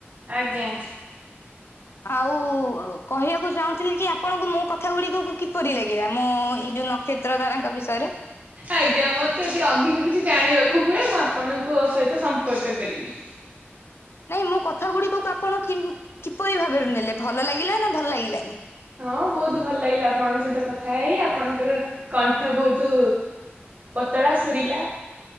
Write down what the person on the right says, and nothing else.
ଆଜ୍ଞା।
ଆଜ୍ଞା ମତେ ଯଦି ଅଧିକ କିଛି ଜାଣିବାକୁ ହୁଏ ମୁଁ ଆପଣଙ୍କ ସହିତ ସମ୍ପର୍କ କରିବି।
ହଁ ବହୁତ ଭଲ ଲାଗିଲା ଆପଣଙ୍କ ସହିତ କଥା ହେଇ ଆପଣଙ୍କର କଣ୍ଠ ବୋହୁତୁ ପତଳା ସୁରିଲା